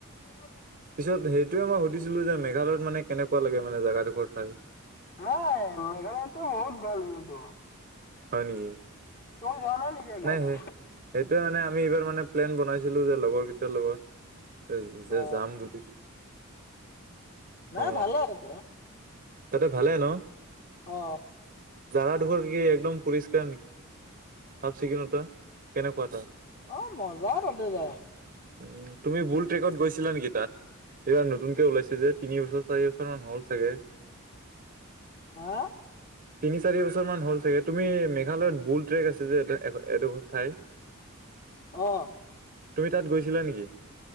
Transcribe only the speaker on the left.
<unintelligible>
নাই মেঘালয়তো বহুত ভাল ভিউটো।
তুমি যোৱা নেকি একবাৰো?
অ
নাই
ভাল আৰু তোমাৰ।
অ।
অ' মজা তাতে যায়।
হা?
অ।